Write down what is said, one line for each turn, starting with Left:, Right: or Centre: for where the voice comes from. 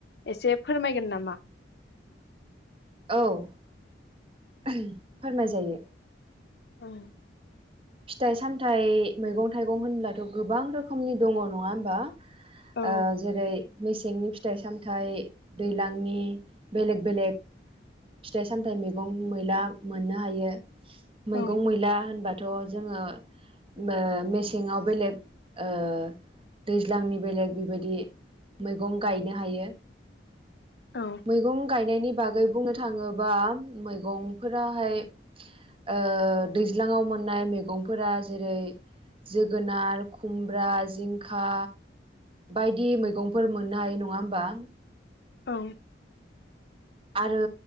Left: एसे फोरमायगोन नामा?
Right: औ उम फोरमाय जायो।
Left: औ
Right: फिथाइ सामथाइ मैगं थाइगं होनब्लाथ' गोबां रोखोमनि दङ नङा होमबा?
Left: औ
Right: ओ जेरै मेसेंनि फिथाइ सामथाइ दैलांनि बेलेग बेलेग फिथाइ सामथाइ मैगं मैला मोननो हायो
Left: औ
Right: मैगं मैला होनबाथ थ' जोङो मो मेसेङाव बेलेग ओ दैज्लांनि बेलेग बिबायदि मैगं गायनो हायो
Left: औ
Right: मैगं गायनायनि बागै बुंनो थाङोबा मैगंफोराहाय ओ दैज्लांआव मोननाय मैगंफोरा जेरै जोगोनार खुमब्रा जिंखा बायदि मैगंफोर मोननो हायो नङा होमबा?
Left: औ
Right: आरो